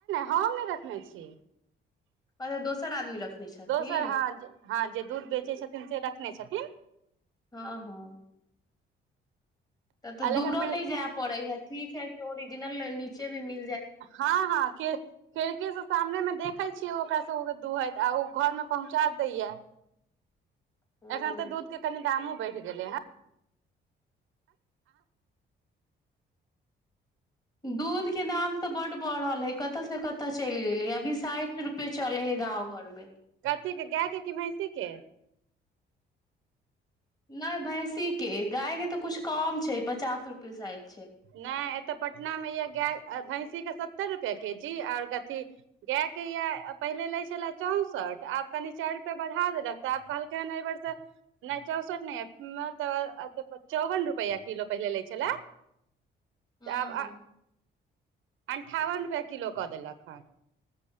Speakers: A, on the right; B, on the left.
A: हममे रखने छी
B: मतलब दोसर आदमी रखने छथिन
A: दोसर हँ हँ जे दूध बेचै छथिन से रखने छथिन
B: हँ हँ तब तऽ
A: आ लेकिन
B: दूरो
A: बिल्डिंग
B: न जाय पड़े है ठीक है कि जना नीचे में मि
A: हँ हँ खिड़के से सामने मे देखै ओकरा सब के दुूहैत आ ओ घर मे पहुँचा दैयै
B: हूँ।
A: एखन तऽ दूध के कनि दामो बैढ़ बढ़ि गेले हे
B: दूधके दाम तऽ बड्ड बढ़ल हइ कतयसँ कतय चलि गेलै अभी साठि रुपए चलै हइ गाँव घर में
A: कथी के गाय के क भैंसी के
B: नहि भैंसी के गाय के तऽ कछु कम छै पचास रुपे साइद
A: नहि एत पटना में यए गाए भैँसीके सत्तरि रुपैआ के जी आओर कथी गाएके यए पहिले लैत छलए चौंसठि आब कनि चारि रुपैआ बढ़ा देलक तऽ आब कहलकै हन एहिबेरसँ नहि चौंसठि नहि तऽ चौवन रुपैआ किलो पहिले लै छलय
B: हँ
A: तब आ अन्ठावन रुपैआ किलो कऽ देलक हन